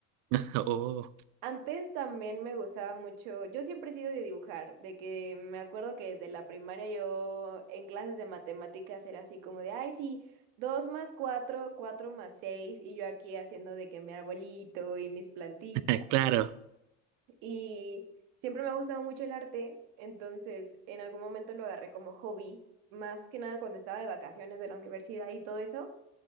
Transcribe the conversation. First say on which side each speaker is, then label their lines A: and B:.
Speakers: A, on the right; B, on the right.
A: <laughs> Oh,
B: Antes también me gustaba mucho, yo siempre he sido de dibujar, de que me acuerdo que desde la primaria yo en clases de matemáticas era así como de, ay, sí, dos más cuatro, cuatro más seis, y yo aquí haciendo de que mi arbolito y mis plantitas.
A: <laughs> claro,
B: Y siempre me ha gustado mucho el arte, entonces en algún momento lo agarré como hobby, más que nada cuando estaba de vacaciones de la universidad y todo eso